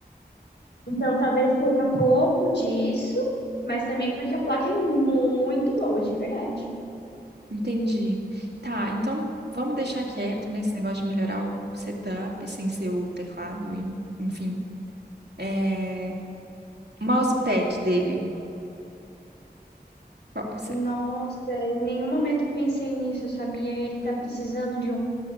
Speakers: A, on the left; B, on the right.
A: Então, talvez seja um pouco disso, mas também porque a placa é muito boa, de verdade.
B: Entendi. Tá, então vamos deixar quieto nesse negócio de melhorar o setup sem ser o teclado e, enfim. É, o mousepad dele. Qual- sé-
A: Nossa, eu em nenhum momento pensei nisso, sabia? Ele tá precisando de um